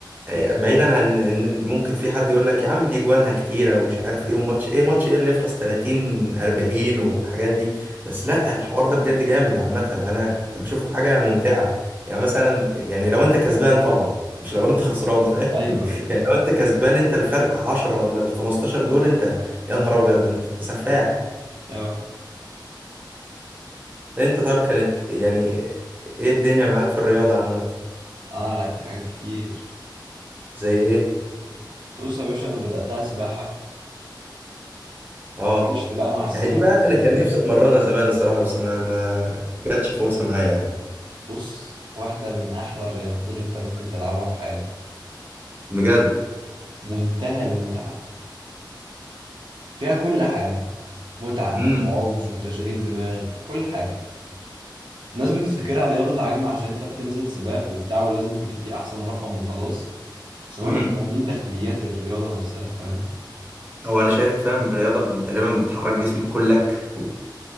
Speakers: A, on the right; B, on the right.
A: آه، بعيدا عن إن ممكن في حد يقول لك يا عم دي جوانها كتيرة ومش عارف إيه وماتش إيه ماتش إيه اللي يخلص 30 40 والحاجات دي بس لا الحوار ده بجد جامد عامة أنا كنت بشوفه حاجة ممتعة يعني مثلا يعني لو أنت كسبان طبعا مش لو أنت خسران فاهم
B: ايوه ايوه
A: يعني لو انت كسبان انت الفرق 10 ولا ال 15 دول انت يا نهار ابيض ده انت انت سفاح
B: اه
A: انت طيب كانت يعني ايه الدنيا معاك في الرياضة عامة
B: انا لعبت حاجات كتير
A: زي ايه
B: بص يا باشا انا بداتها سباحه
A: اه
B: وعشت بقى مع السباحه
A: اهي دي بقى
B: كتير
A: انا كان
B: قوي
A: نفسي اتمرنها زمان الصراحة بس ما ما جاتش فرصة معايا يعني
B: بص واحده من احلى الرياضات اللي انت ممكن تلعبها في حياتك
A: بجد
B: منتهى المتعه فيها كل حاجه متعه
A: امم
B: وعنف وتشغيل دماغ وكل حاجه الناس بتفتكرها رياضه عجنه عشان انت بتنزل سباق وبتاع ولازم تجيب فيه احسن رقم وخلاص بس هما
A: امم
B: مش فاهمين داخليات الرياضه نفسها فاهم
A: هو انا شايفها فاهم الرياضة تقريبا بتحرك جسمك كلك